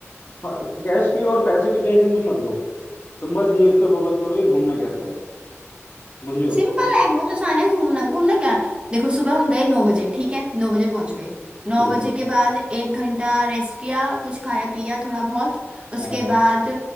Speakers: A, on the left; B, on the right.
A: कैश की और पैसे की टेंशन तुम मत लो तुम बस ये इस पे फोकस करो कि घूमना कैसे है समझ रही हो
B: सिंपल है बहुत आसान है घूमना घूमना क्या देखो सुबह हम गए नौ बजे ठीक है नौ बजे पहुंच गए नौ
A: ठीक
B: बजे
A: है
B: के बाद एक घंटा रेस्ट किया कुछ खाया पिया थोड़ा बहुत उसके
A: हाँ
B: बाद